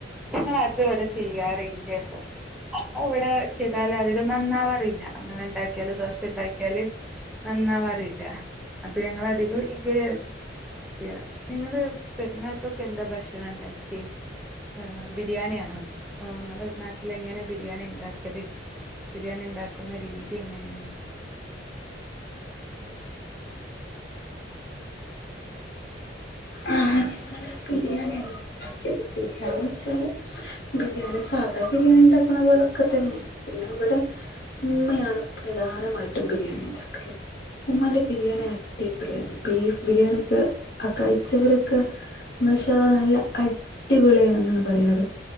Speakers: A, in the centre; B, on the left.
A: ഞങ്ങള് അത് ഇവടെ ചെയ്യാറില്ലട്ടോ അത് ഇവടെ ചെയ്താല അധികം നന്നാവാറില്ല അങ്ങനെണ്ടാ ക്കിയാല് ദോഷ ഇണ്ടാക്കിയാല് നന്നാവാറില്ല അപ്പോ ഞങ്ങള അധികോം ഇക്
B: ഉം
A: ചെയ്യാ നിങ്ങള് പെരുന്നാക്കൊക്കെ എന്താ ഭക്ഷണം ഇണ്ടാക്ക്യേ ആഹ് ബിരിയാണി ആണോ? ആഹ് ഇങ്ങള് നാട്ടിലെ എങ്ങനെ ബിരിയാണി ഇണ്ടാക്കല്? ബിരിയാണി ഇണ്ടാക്കുന്ന രീതി എങ്ങനേണ്
B: ആഹ് ഞങ്ങള് ബിരിയാണി ഇണ്ടാക്കിയത് ബിരിയാണിച്ചാല് ബിരിയാണി സാധാ ബിരിയാണി ഇണ്ടാക്ണ പോലക്കെ തെന്നെ പിന്നെ ഇവടെ ഇമ്മയാണ് പ്രധാനമായിട്ടും ബിരിയാണി ഇണ്ടാക്കല് ഉമ്മാന്റെ ബിരിയാണി അടിപൊളിയാണ് ബീഫ് ബിരിയാണി ഒക്കെ ആ കഴിച്ചവരൊക്കെ മാഷാ അള്ളാ നല്ല അടിപൊളിയണന്നാണ് പറയാറ്